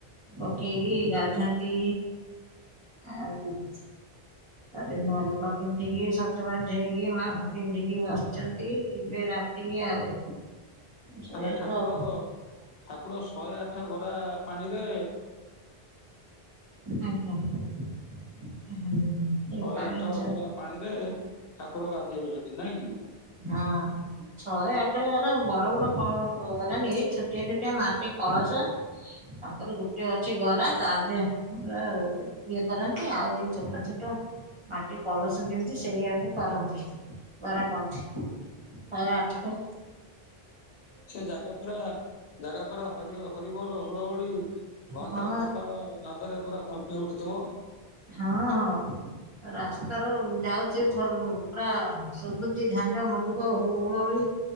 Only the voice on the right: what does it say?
ପକେଇକି ଗାଧାନ୍ତି ଆଉ ତା ନୂଆ ଲୁଗା ପିନ୍ଧିକି ସଜବାଜ ହେଇକି ମା ପିନ୍ଧିକି ବସିଛନ୍ତି ଯିବେ ରା <unintelligible> ଆଉ। ଶୋଇବାକୁ
ଆଉ
ଆଜ୍ଞା <unintelligible>
ପାଣିକି
ସ
ହଁ। ଶହେ ଆଠ ମାନେ ବଡ ବଡ କ ଅଧା ନିଏ ଛୋଟିଆ ଛୋଟିଆ ମାଟି କଳସ। ତାପରେ ଗୋଟେ ଅଛି ଗରା ତା ଦେହେ ରେ ଇଏ କରନ୍ତି ଆହୁରି ଛୋଟ ଛୋଟ। ମାଟି କଳସ କେମିତି ସେଇଆକୁ କରନ୍ତି ଗରା କହନ୍ତି। ଶହେ ଆଠ ଟା।
ହଁ
ହଁ ହଉ। ରାସ୍ତା ରୁ ଯାଉଛି, ଏଠରୁ ପୁରା ସୁବୁଛି, ଝାଞ୍ଜ, ମୁର୍ଦୁକ, ହୁଳହୁଳି।